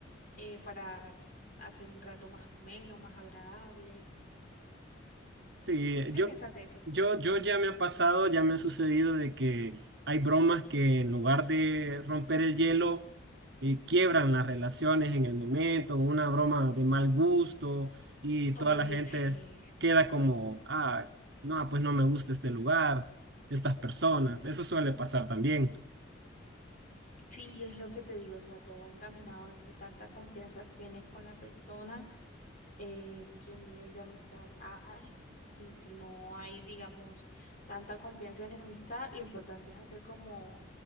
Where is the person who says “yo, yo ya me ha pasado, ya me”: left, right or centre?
Right